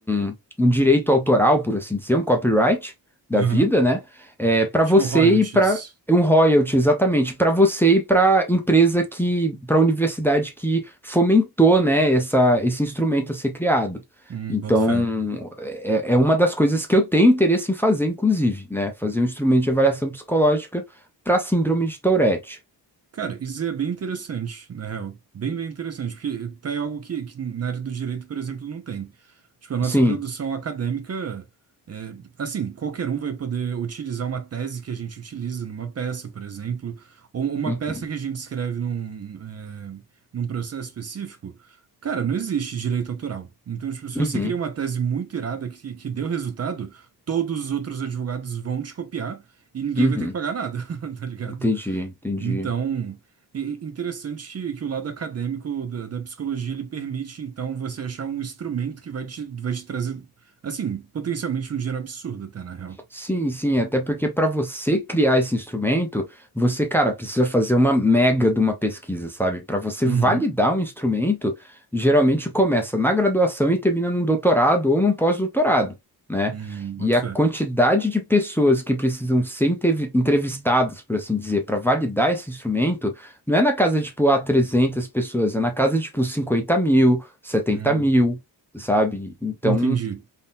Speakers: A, in the centre; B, on the right.
A: um- um direito autoral, por assim dizer, um copyright da
B: aham,
A: vida, né, é, para
B: Tipo
A: você
B: royalties,
A: e para um royalty, exatamente, para você e para empresa que, para a universidade que fomentou, né, essa, esse instrumento a ser criado.
B: hum,
A: Então,
B: boto fé.
A: é, é é uma das coisas que eu tenho interesse em fazer, inclusive, né? Fazer um instrumento de avaliação psicológica para síndrome de Tourette.
B: Cara, isso é bem interessante, na real. Bem, bem interessante, porque tá aí algo que, que na área do direito, por exemplo, não tem. Tipo, a nossa
A: Sim.
B: produção acadêmica, é, assim, qualquer um vai poder utilizar uma tese que a gente utiliza numa peça, por exemplo, ou uma
A: Uhum.
B: peça que a gente escreve num, é, num processo específico. Cara, não existe direito autoral. Então, tipo, se
A: Uhum.
B: você cria uma tese muito irada que, que deu resultado, todos os outros advogados vão te copiar e ninguém
A: Uhum.
B: vai ter que pagar nada, <laughs> tá ligado?
A: Entendi, entendi.
B: Então, i- i- interessante que, que o lado acadêmico da, da psicologia ele permite, então, você achar um instrumento que vai te, vai te trazer, assim, potencialmente um dinheiro absurdo, até, na real.
A: Sim, sim, até porque para você criar esse instrumento, você, cara, precisa fazer uma mega de uma pesquisa, sabe? Para você
B: Uhum.
A: validar um instrumento, geralmente começa na graduação e termina num doutorado ou num pós-doutorado, né?
B: Hum, boto
A: E a
B: fé.
A: quantidade de pessoas que precisam ser intervi- entrevistadas, por assim dizer, para validar esse instrumento, não é na casa de, tipo, ah, 300 pessoas, é na casa de, tipo, 50 mil, setenta
B: Hum,
A: mil, sabe? Então,
B: entendi.